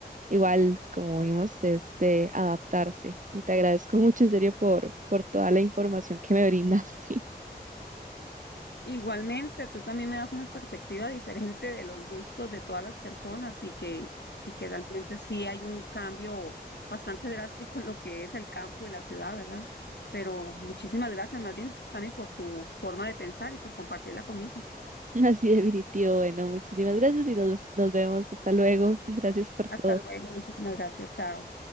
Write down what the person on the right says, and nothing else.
Igual, como vimos, es de adaptarse y te agradezco <laughs> mucho en serio por, por toda la información que me brindaste.
<laughs> Así definitivo. Bueno, muchísimas gracias y nos, nos vemos. Hasta luego. <laughs> Gracias por
todo.